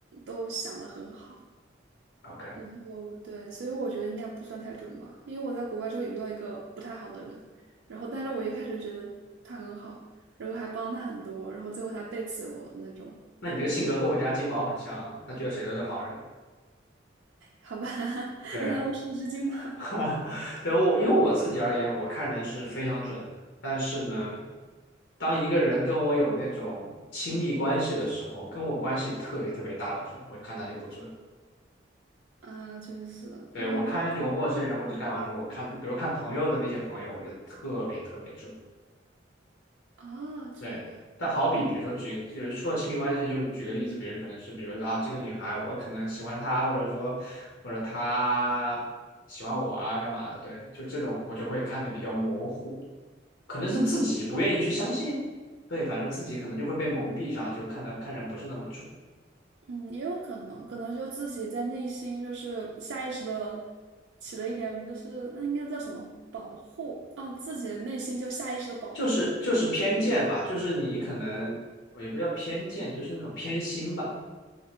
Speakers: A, on the right; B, on the left.
A: 都想得很好，
B: OK，
A: 然后对，所以我觉得应该不算太准吧，因为我在国外之后也遇到一个不太好的人，然后但是我一开始觉得他很好，然后还帮他很多，然后最后他背刺我那种，
B: 那你这个性格和我家金毛很像啊，他觉得谁都是好人。
A: 好吧。<laughs>
B: 对，
A: 原来我是一只金毛。
B: <laughs> 对我因为我自己而言，我看人是非常准的，但是呢。当一个人跟我有那种亲密关系的时候，跟我关系特别特别大的时候，我看他就不准。
A: 啊，就是因为毕竟
B: 对，我看那种陌生人或者干嘛的时候，我看，比如看朋友的那些朋友，我就特别特别准。
A: 啊，这样，
B: 对，但好比比如说举，就是说亲密关系，就举个例子，比如可能是，比如说啊，这个女孩我可能喜欢她，或者说或者她喜欢我啊，干嘛的？对，就这种我就会看的比较模糊，可能是自己不愿意去相信，对，反正自己可能就会被蒙蔽上，就看的看人不是那么准。
A: 嗯，也有可能，可能就自己在内心就是下意识的起了一点，就是那应该叫什么保护哦，自己的内心就下意识的保护，
B: 就是就是偏见吧，
A: 然后
B: 就是你可能我也不叫偏见，就是那种偏心吧。